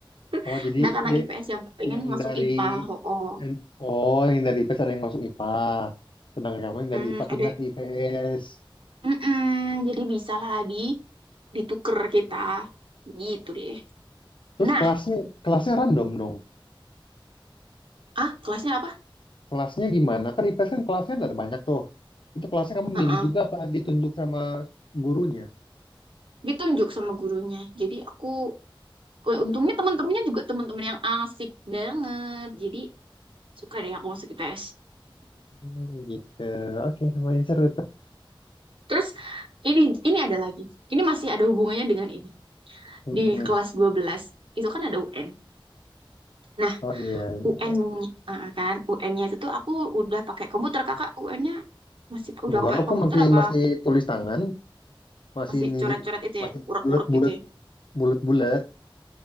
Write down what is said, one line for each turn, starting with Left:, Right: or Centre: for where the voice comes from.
Right: <laughs>
Left: Oh, jadi
Right: Ada anak
Left: de,
Right: IPS yang pengen
Left: yang
Right: masuk
Left: dari
Right: IPA, oh, oh.
Left: yang- oh, yang dari IPS ada yang masuk IPA. Sedangkan kamu yang
Right: Hmm,
Left: dari IPA
Right: ada,
Left: pindah ke IPS.
Right: Mm-mm, jadi bisa lah di dituker kita, gitu deh.
Left: Terus
Right: Nah,
Left: kelasnya kelasnya random dong.
Right: ah kelasnya apa?
Left: Kelasnya gimana? Kan IPS kan kelasnya ada banyak tuh. Itu kelasnya kamu
Right: Heeh.
Left: milih juga apa ditunjuk sama gurunya?
Right: Ditunjuk sama gurunya. Jadi aku, eh, untungnya teman-temannya juga teman-teman yang asik banget. Jadi suka deh aku masuk IPS.
Left: Hmm, gitu. Oke, lumayan seru tuh.
Right: Terus ini ini ada lagi. Ini masih ada hubungannya dengan ini.
Left: Mm-mm.
Right: Di kelas 12 itu kan ada UN. Nah,
Left: Oh iya.
Right: UN eh, kan UN-nya itu tuh aku udah pakai komputer. Kakak UN-nya masih udah
Left: Enggak,
Right: pakai
Left: aku
Right: komputer
Left: masih
Right: apa
Left: masih tulis tangan, masih
Right: masih
Left: nilai
Right: coret-coret itu
Left: masih
Right: ya, urek-urek
Left: bulat bulat
Right: gitu ya.
Left: bulat bulat.